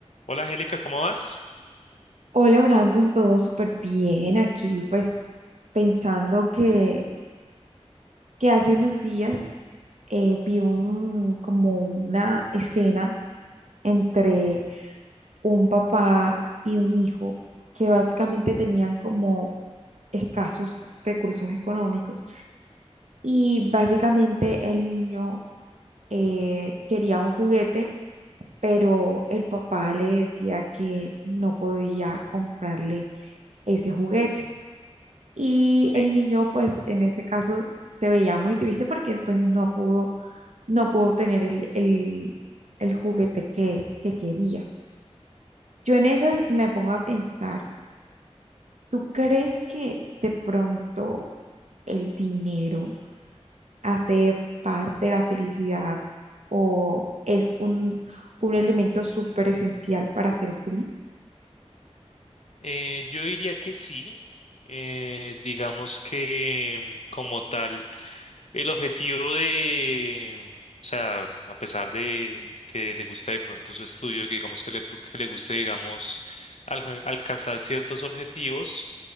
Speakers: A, on the left (about 75°); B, on the right (about 85°).
A: Hola Angélica, ¿cómo vas?
B: Hola Brandon, todo súper bien aquí, pues pensando que, que hace unos días eh, vi un, como una escena entre un papá y un hijo que básicamente tenían como escasos recursos económicos y básicamente el niño eh, quería un juguete, pero el papá le decía que no podía comprarle ese juguete. Y
A: Sí,
B: el niño, pues en este caso, se veía muy triste porque pues no pudo, no pudo tener el, el, el juguete que, que quería. Yo en esas me pongo a pensar, ¿tú crees que de pronto el dinero hace parte de la felicidad o es un, un elemento súper esencial para ser feliz?
A: eh, yo diría que sí. Eh, digamos que mm, como tal, el objetivo de, o sea, a pesar de que le gusta de pronto su estudio, que digamos que le, que le guste, digamos, alca- alcanzar ciertos objetivos,